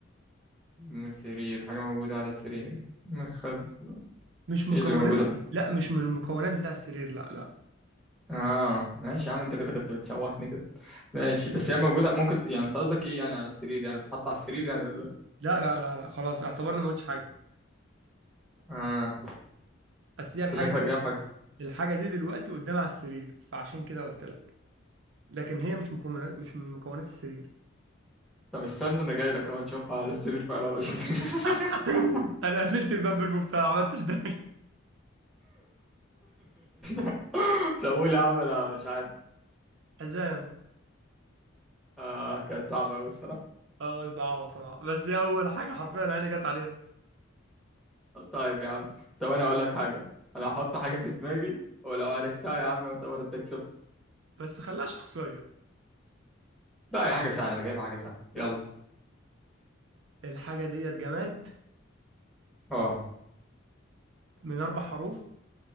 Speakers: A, in the centre; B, on the right.
A: م- سرير حاجة موجودة على السرير مخد
B: مش مكونات
A: ايه اللي موجودة
B: الس... لا مش من المكونات بتاع السرير لا لا
A: اه ماشي يا عم انت كده كنت بتسوحني كده
B: لا
A: ماشي بس هي موجودة ممكن يعني انت قصدك ايه يعني على السرير يعني بتتحط على السرير يعني ولا إيه؟
B: لا لا لا, لا. خلاص اعتبرنا ما قلتش حاجه
A: اه
B: اصل دي الحاجه
A: انت شكلك
B: دي
A: جايب حاجة
B: الحاجه دي دلوقتي قدام على السرير فعشان كده قلت لك لكن هي مش مكونات مش من مكونات السرير
A: طب استنى انا جاي لك اهو تشوفها على السرير فعلا ولا مش على السرير؟
B: <laughs> انا قفلت الباب بالمفتاح ما عملتش ده
A: <laughs> طب قول يا عم انا مش عارف
B: حزام
A: اه كانت صعبة أوي الصراحة
B: اه صعبه بصراحه بس هي اول حاجه حرفيا عيني جت عليها
A: طيب يا عم طب أنا أقول لك حاجة أنا هحط حاجة في دماغي ولو عرفتها يا عم يعتبر أنت كسبت
B: بس خلاها شخصيه
A: لا هي حاجة سهلة أنا جايب حاجة سهلة يلا
B: الحاجه ديت جماد
A: اه
B: من اربع حروف